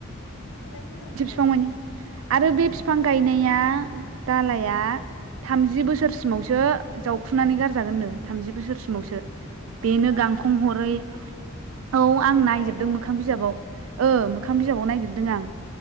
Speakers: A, on the left; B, on the right.
A: ओमबालाय मोजांथ
B: बिफां आरो बे बिफां गायनाया दालाया थामजि बोसो बोसोरसिमावसो जावखुनानै गारजागोननो थामजि बोसोरसिमावसो बेनो
A: बा
B: गांखं हरै औ आं नायजोबदों
A: बारायलाङो
B: मोखां बिजाबाव ओ मोखां बिजाबाव नायजोबदों आं